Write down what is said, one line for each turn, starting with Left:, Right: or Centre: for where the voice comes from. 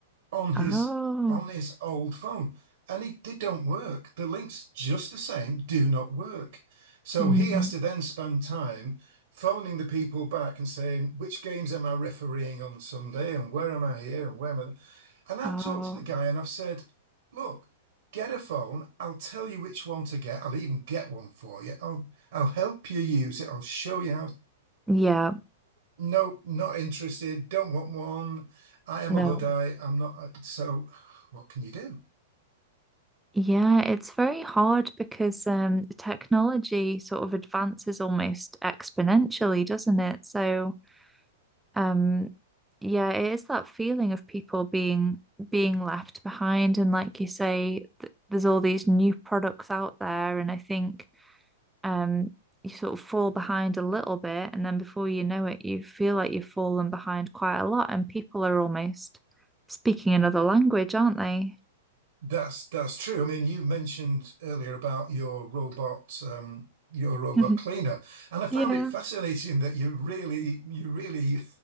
Right: on
Centre: Oh.
Right: his on his old phone, and it, they don't work. The links, just the same, do not work. So
Centre: Mm.
Right: he has to then spend time phoning the people back and saying, which games am I refereeing on Sunday, and where am I here, and where am I and I've
Centre: Oh.
Right: talked to the guy and I've said, look, get a phone. I'll tell you which one to get. I'll even get one for you. I'll I'll help you use it. I'll show you how.
Centre: Yeah.
Right: No, not interested. Don't want one. I am
Centre: No.
Right: a Luddite. I'm not. uh, So what can you do?
Centre: Yeah, it's very hard because um, technology sort of advances almost exponentially, doesn't it? So, um, yeah, it is that feeling of people being being left behind, and like you say, th there's all these new products out there, and I think um, you sort of fall behind a little bit, and then before you know it, you feel like you've fallen behind quite a lot, and people are almost speaking another language, aren't they?
Right: That's that's true. I mean, you mentioned earlier about your robot, um, your robot
Centre: <laughs>
Right: cleaner, and I found
Centre: Yeah.
Right: it fascinating that you really, you really